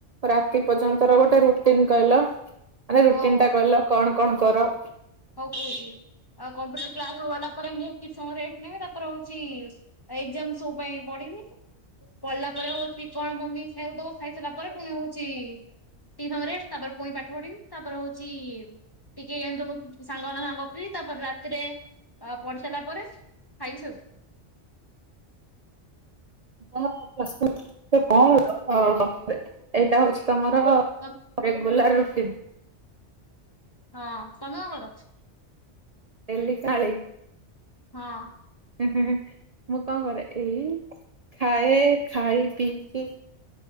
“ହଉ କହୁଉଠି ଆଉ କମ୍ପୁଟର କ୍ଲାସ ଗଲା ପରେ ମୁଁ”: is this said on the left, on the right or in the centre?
Left